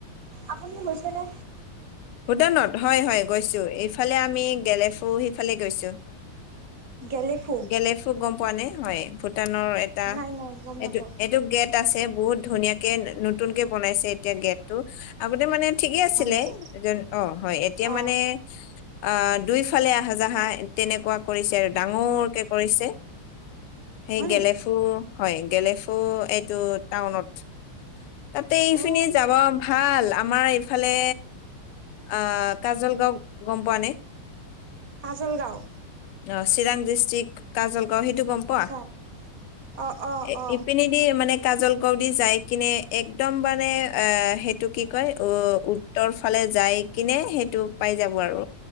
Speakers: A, on the right; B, on the left.
A: আপুনি গৈছেনে?
B: ভূটানত হয় হয় গৈছো এইফালে আমি গেলেফু সেইফালে গৈছো।
A: গেলেফু?
B: গেলেফু গম পোৱা নে? হয়, ভূটানৰ এটা
A: নাই নাই গম নাপাও
B: এইটো এইটো গেট আছে বহুত ধুনীয়াকে নতুনকে বনাইছে এতিয়া গেটটো আগতে মানে ঠিকে আছিলে
A: হয় নেকি
B: অ হয় এতিয়া
A: অ
B: মানে আ দুইফালে আহা যাহা তেনেকুৱা কৰিছে আৰু ডাঙৰকে কৰিছে।
A: <inaudible>
B: সেই
A: হয়
B: গেলেফু
A: নেকি
B: হয় গেলেফু এইটো টাউনত তাতে এইফিনি
A: অ
B: যাব ভাল আমাৰ এই এইফালে আহ কাজল গাওঁ গম পোৱা নে?
A: কাজল গাঁও।
B: অঁ চিৰাং ডিষ্ট্ৰিকট কাজলগাও সেইটো গম পোৱা?
A: আচ্ছা অ অ
B: এ
A: অ
B: ইপিনি দি মানে কাজল গড়দি মানে যাই কিনে। একদম মানে এ, সেইটো কি কয় অ উত্তৰ ফালে যাই কিনে সেইটো পাই যাব আৰু